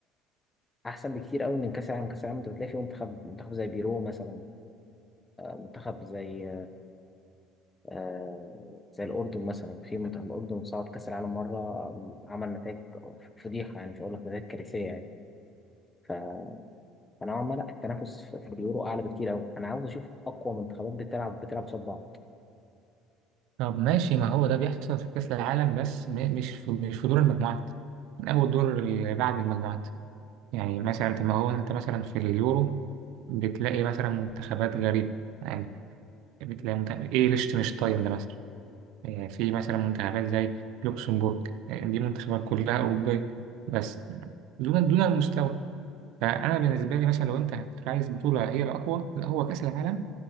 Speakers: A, on the left (about 20°); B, on the right (about 75°).
A: أحسن بكتير أوي من كأس العالم كأس العالم أنت بتلاقي في منتخب منتخب زي بيرو مثلا منتخب زي آه زي الأردن مثلا في منتخب الأردن صعد كأس العالم مرة عمل نتائج فضيحة يعني مش هقول لك نتائج كارثية يعني ف- فنوعا ما لا التنافس في في اليورو أعلى بكتير أوي أنا عاوز أشوف أقوى منتخبات بتلعب بتلعب قصاد بعض
B: طب ماشي ما هو ده بيحصل في كأس العالم بس م- مش في مش في دور المجموعات من أول دور اللي بعد المجموعات يعني مثلا طب ما هو أنت مثلا في اليورو بتلاقي مثلا منتخبات غريبة يعني بتلاقي منتخب إيه ليشتنشتاين ده مثلا آه، في مثلا منتخبات زي لوكسمبورج آه، دي منتخبات كلها أوروبية بس دون دون المستوى فأنا بالنسبة لي مثلا لو أنت عايز بطولة هي الأقوى لا هو كأس العالم